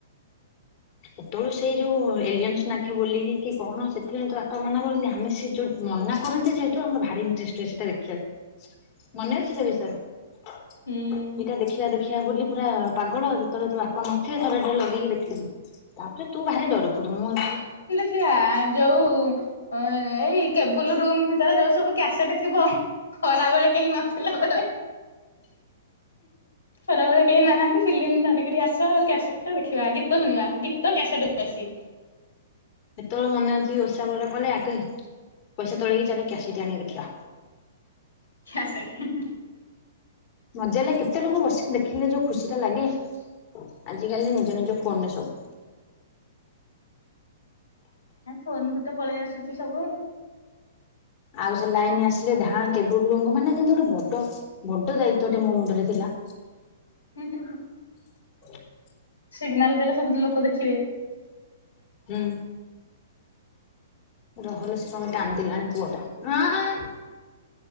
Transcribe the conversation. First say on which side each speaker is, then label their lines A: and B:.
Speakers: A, on the left; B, on the left.
A: ସେତେବେଳୁ ସେ ଯୋଉ ଏଲିଅନ୍ସ ନାଖେ ବୋଲିକି କି କଣ ସେଥି ତ ବାପା ମନା କରନ୍ତି ଆମେ ସେ ଯୋଉ ମନା କରନ୍ତି ଯେହେତୁ ଆମର ଭାରି ଇଣ୍ଟରେଷ୍ଟ ହୁଏ ସେଇଟ ଦେଖିବାକୁ।
B: <inaudible>
A: ମନେ ଅଛି ସେ ବିଷୟରେ
B: ହୁଁ
A: ଏଇଟା ଦେଖ ସେଟା ଦେଖିବା ବୋଲି ପୁରା ପାଗଳ ଯେତେବେଳେ ତୋ ବାପା ନଥିବେ ସେତେଵେଳେ ଥରେ ଲଗେଇକି ଦେଖିବି। ତାପରେ ତୁ ଭାରି ଡରଖୁରୁ ମୁଁ ଏତେ
B: ଇଆ ଯୋଉ ଏଇ କେବୁଲ୍ ରୁମ ଭିତରେ ଯୋଉ ସବୁ କ୍ୟାସେଟ ଥିବ। ଖରା ବେଳେ କେହି ନଥିଲା ବେଳେ ଖରାବେଳେ କେହି ନାହାନ୍ତି ଫିଲ୍ମି ଧରିକିରି ଆସ କ୍ୟାସେଟେ ଦେଖିବା ଗୀତ ଶୁଣିବାଗୀ ତ କ୍ୟା ସେଟେ ବେଶି।
A: ସେତେବେଳେ ମନେ ଅଛି କି ଓଷା ବେଳପଇଲେ ଆଗେ ପଇସା ତୋଳେଈକି ଚାଲ କ୍ୟାସେଟେ ଆଣିକି ଦେଖିବା।
B: କ୍ୟାସେଟେ।
A: ମଜା ଲାଗେ କେତେ ଲୋକ ବସିକି ଦେଖିଲେ ଯୋଉ ଖୁସି ଟା ଲାଗେ ଆଜିକାଲି ନିଜ ନିଜ ଫୋନ୍ ରେ ସବୁ।
B: ଫୋନ୍ କୁ ତ ପଳେଇ ଆସୁଚି ସବୁ।
A: ଆଉ ସେ ଲାଇନ୍ ଆସିଲେ ଧାଁ କେବୁଲ ରୁମୁକୁ ମାନେ ଯେମିତି ଗୋଟେ ବଡ ବଡ ଦାୟିତ୍ଵଟେ ମୋ ମୁଣ୍ଡରେ ଥିଲା।
B: ହୁଁ ହୁଁ ହୁଁ।
A: <inaudible>
B: ସିଗ୍ନିଲ ଦେଲେ ସବୁ ଲୋକ ଦେଖିବେ।
A: ହୁଁ। ରହଲୋ ସିଏକଣପାଇଁ କାନ୍ଦିଲାଣି ପୁଅ ଟା?